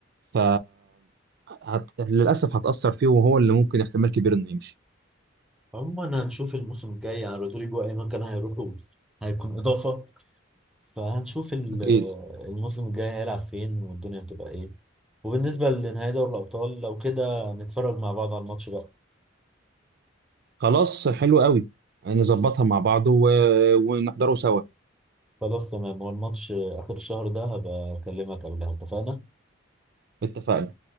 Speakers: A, on the right; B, in the centre.
A: ف هت... للاسف هتأثر فيه وهو اللي ممكن احتمال كبير انه يمشي
B: عموما هنشوف الموسم الجاي يعني رودريجو أي مكان هيروحوا هيكون إضافة فهنشوف ال-
A: اكيد
B: الموسم الجاي هيلعب فين والدنيا هتبقى ايه وبالنسبة لنهائي دوري الأبطال لو كده نتفرج مع بعض على الماتش بقى
A: خلاص حلو قوي نظبطها مع بعض و... ونحضره سوا
B: خلاص تمام هو الماتش آخر الشهر ده هبقى أكلمك قبلها اتفقنا؟
A: اتفقنا